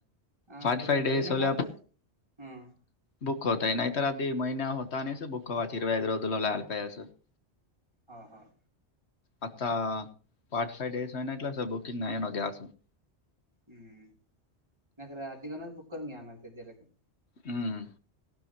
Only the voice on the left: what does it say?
फॅटफव
डेससोलाब.
बुक होतय नाहीतर आधी महिन्या होता नाही बुकवाचीिरवा रजलालायला पाहिे असं <unintelligible>
आता फार्ट फाव्ह डडेस होन एटला सर बुकिंग नाही ना ग्यास <unintelligible>
हम्.